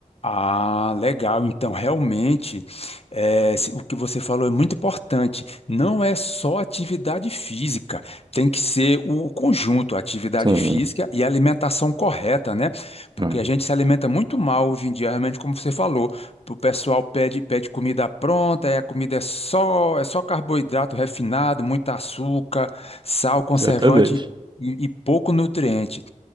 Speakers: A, on the left (about 50°); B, on the right (about 35°).
A: Ah, legal. Então, realmente, eh, se- o que você falou é muito importante. Não é só atividade física, tem que ser o conjunto, atividade
B: Sim,
A: física e alimentação correta, né? Porque
B: hum,
A: a gente se alimenta muito mal hoje em dia, realmente, como você falou. O pessoal pede, pede comida pronta, e a comida é só, é só carboidrato refinado, muito açúcar, sal, conservante
B: exatamente.
A: e, e pouco nutriente.